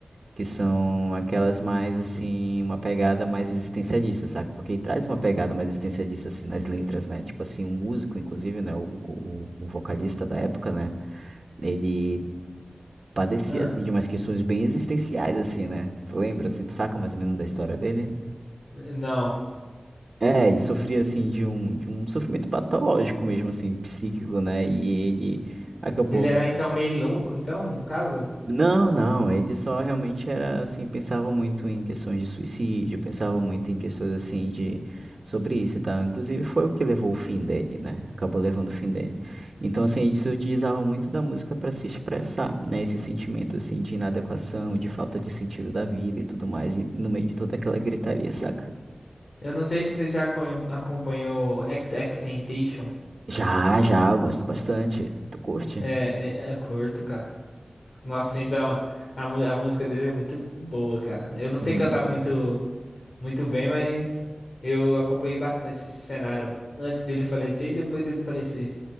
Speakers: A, on the right; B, on the left.
A: Que são aquelas mais, assim, uma pegada mais existencialista, saca? Porque traz uma pegada mais existencialista, assim, nas letras, né? Tipo assim, um músico, inclusive, né, o, o o vocalista da época, né? Ele padecia,
B: Ah,
A: assim, de umas questões bem existenciais, assim, né? Tu lembra, assim, tu saca mais ou menos da história dele?
B: não.
A: É, ele sofria, assim, de um, de um sofrimento patológico mesmo, assim, psíquico, né? E ele acabou
B: Ele era então meio louco, então, no caso?
A: Não, não, ele só realmente era assim, pensava muito em questões de suicídio, pensava muito em questões assim de sobre isso e tal. Inclusive foi o que levou o fim dele, né? Acabou levando o fim dele. Então assim, ele se utilizava muito da música para se expressar, né? Esse sentimento assim de inadequação, de falta de sentido da vida e tudo mais, e no meio de toda aquela gritaria, saca?
B: Eu não sei se você já acon- acompanhou XXXTentacion.
A: Já, já, eu gosto bastante. Tu curte?
B: É, é, é curto, cara. Nossa, ainda a, mu- a música dele é muito boa, cara. Eu não sei
A: Uhum.
B: cantar muito, muito bem, mas eu acompanhei bastante esse cenário antes dele falecer e depois dele falecer.